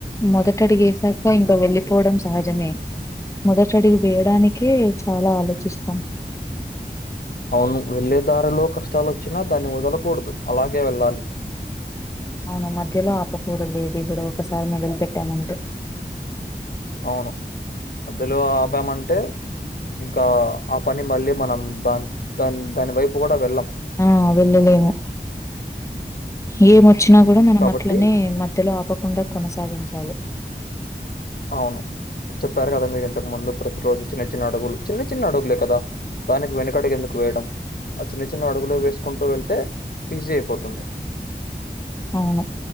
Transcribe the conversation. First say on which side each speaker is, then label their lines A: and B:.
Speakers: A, on the left; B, on the left.
A: మొదటడిగేశాక ఇంకా వెళ్ళిపోవడం సహజమే మొదట అడిగు వేయడానికే చాలా ఆలోచిస్తాం
B: అవును వెళ్ళే దారిలో కష్టాలు వచ్చినా దాన్ని వదలకూడదు అలాగే వెళ్ళాలి
A: అవును మధ్యలో ఆపకూడదు ఏది కూడా ఒకసారి మొదలి పెట్టామంటూ
B: అవును మధ్యలో ఆపామంటే ఇంకా ఆ పని మళ్ళీ మనం దాన్ దాన్ దాని వైపు కూడా వెళ్ళాం
A: ఆ వెళ్ళలేము ఎమో వచ్చినా కూడా మనం
B: కాబట్టి
A: అట్లనే మధ్యలో ఆపకుండా కొనసాగించాలి
B: అవును చెప్పారు కదా మీరు ఇంతకు ముందు ప్రతి రోజు చిన్న చిన్న అడుగులు చిన్న చిన్న అడుగులే కదా దానికి వెనకడుగు ఎందుకు వేయడం ఆ చిన్న చిన్న అడుగులే వేసుకుంటూ వెళ్తే ఈజీ అయిపోతుంది
A: అవును